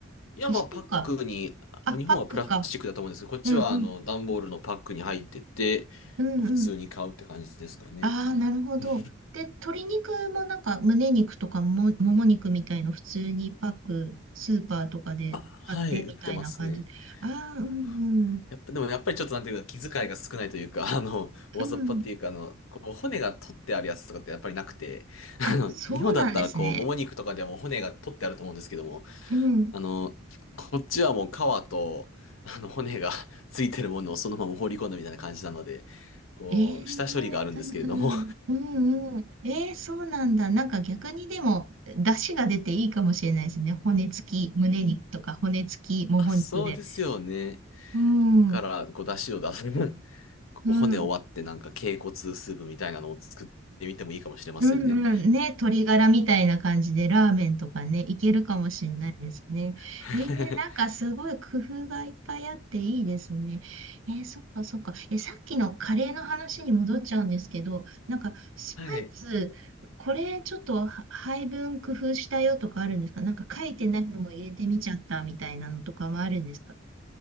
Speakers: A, on the left; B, on the right.
A: いや、
B: 一週間。
A: まあ、パックに、
B: あ、
A: 日本はプラスチックだと思うんですけど、
B: パックか。
A: こっちは、
B: うんうん。
A: あの、段ボールのパックに入ってて、
B: うんうん。
A: 普通に買うって感じですかね。
B: ああ、なるほど。
A: <laughs> うん
B: で、鶏肉もなんか胸肉とかも、もも肉みたいの普通にパック、スーパーとかで買ってみたいな感じ。
A: あ、はい、売ってますね。
B: ああ、
A: あの、
B: うんうん。
A: やっぱ、でもやっぱりちょっとなんていうか、気遣いが少ないというか、あの、大雑把っていうか、
B: うん。
A: あの、こう、骨が取ってあるやつとかってやっぱりなくて、
B: あ、
A: あの、
B: そうなんですね。
A: 日本だったら、こう、もも肉とかでも骨が取ってあると思うんですけども、
B: うん。
A: あの、こっちはもう皮と、あの、骨が <laughs> ついてるものをそのまま放り込んだみたいな感じなので、こう、
B: ええ
A: 下処理があるんですけれども、
B: うんうん。うんうん。ええそうなんだ。なんか逆にでも、出汁が出ていいかもしれないですね。骨付き、胸肉とか骨付き、
A: <laughs>
B: もも肉で。
A: あ、そうですよね。
B: うん。
A: から、こう、出汁を出す。<laughs> こう骨を割って、
B: うん。
A: なんか、脛骨スープみたいなのを作ってみてもいいかもしれませんね。
B: うんうん。ね、鶏ガラみたいな感じでラーメンとかね、いけるかもしれないですね。
A: <laughs>
B: えー、なんかすごい工夫がいっぱいあっていいですね。えー、そっかそっか。えさっきのカレーの話に戻っちゃうんですけど、なんかスパイス、
A: はい。
B: これちょっとは配分工夫したよとかあるんですかなんか書いてないのも入れてみちゃったみたいなのとかもあるんですか